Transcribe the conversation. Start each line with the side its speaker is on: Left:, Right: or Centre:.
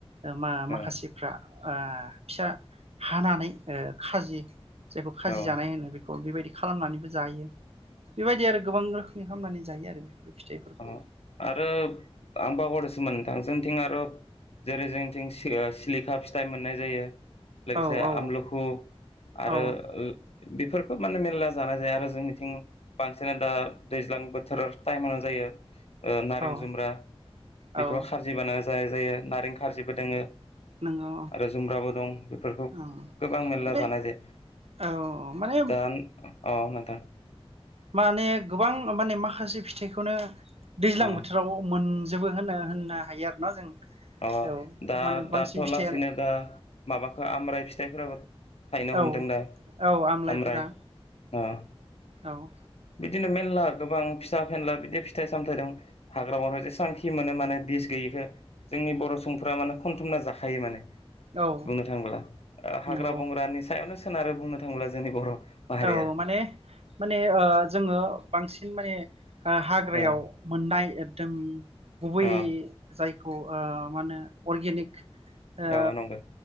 Right: ओ मा
Left: नंगौ
Right: माखासेफ्रा ओ फिसा हानानै ओ खाजि जायखौ खाजि
Left: औ
Right: जानाय होनो बेखौ बेबायदि खालामनानैबो जायो। बेबायदि आरो गोबां रो बिदि खालामनानै जायो आरो बेफोर फिथाइफोरखौ
Left: ओ आरो आं बावगारदोंसोमोन नोंथां जोंनिथिं आरो जेरै जोंनिथिं सिलिखा फिथाइ मोननाय जायो लोगोसे
Right: औ औ
Left: आमलखु आरो
Right: औ
Left: ओ बेफोरखौ माने मेरला जानाय जाया आरो जोंनिथिं बांसिना दा दैज्लां बोथोर टाइमाव जायो। <inaudible> ओ नारें
Right: औ
Left: जुमब्रा
Right: औ
Left: बेखौबो खारजि बानायना जाय जायो नारें खारजिबो दङो
Right: नंगौ
Left: आरो जुमब्राबो दं बेफोरखौ
Right: औ
Left: गोबां मेरला
Right: माने
Left: जानाय जायो
Right: औ माने
Left: दा, औ नोंथां।
Right: माने गोबां माने माखासे फिथाइखौनो दैज्लां
Left: अ
Right: बोथोराव मोन जेबो होनो होननो हायो आरो ना जों
Left: अह
Right: औ
Left: दा
Right: माने बांसिन
Left: दा
Right: फिथाइयानो
Left: लासैनो दा माबाखौ आमलाय फिथाइ <unintelligible> थायनो
Right: औ
Left: हमदों दा
Right: औ आमलाइफोरा
Left: आमलाय अह।
Right: औ।
Left: बिदिनो मेरला गोबां फिसा फेनला बिदि फिथाइ सामथाइ दं हाग्रा बंग्रा जेसेबांखि मोनो माने बिस गैयिखौ जोंनि बर' सुबुंफ्रा माने खनथुमना जाखायो माने
Right: औ
Left: बुंनो थाङोब्ला हाग्रा
Right: नंगौ
Left: बंग्रानि सायावनो सोनारो बुंनो थाङोब्ला जोंनि बर' माहारिया
Right: औ माने माने ओ जोङो बांसिन माने ओ हाग्रायाव
Left: ओ
Right: मोननाय एकदम गुबै
Left: ओ
Right: जायखौ खौ ओ मा होनो अर्गेनिक ओ
Left: औ नंगौ